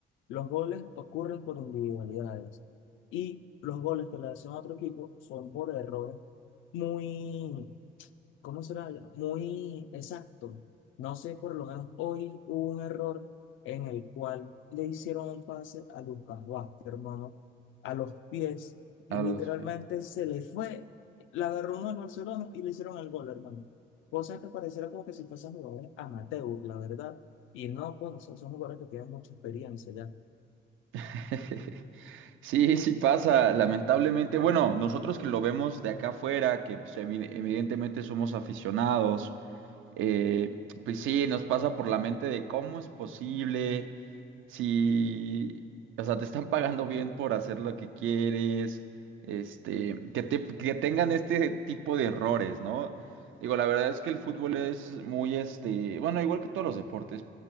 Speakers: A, on the left; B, on the right.
A: los goles ocurren por individualidades. Y los goles que le hacen a otro equipo son por errores muy ¿cómo será? Muy exacto. No sé, por lo menos hoy hubo un error en el cual le hicieron un pase a Lucas Vázquez, hermano, a los pies, y
B: A los
A: literalmente
B: Chiefs.
A: se le fue, la agarró uno al Barcelona y le hicieron el gol, hermano. Cosa que pareciera como que si fuesen jugadores amateur, la verdad. Y no, pues, son son jugadores que tienen mucha experiencia ya.
B: <laughs> Sí, sí pasa, lamentablemente. Bueno, nosotros que lo vemos de acá afuera, que pues, evi- evidentemente somos aficionados, eh, pues sí, nos pasa por la mente de cómo es posible. si, o sea, te están pagando bien por hacer lo que quieres, este, que te, que tengan este tipo de errores, ¿no? Digo, la verdad es que el fútbol es muy, este, bueno, igual que todos los deportes,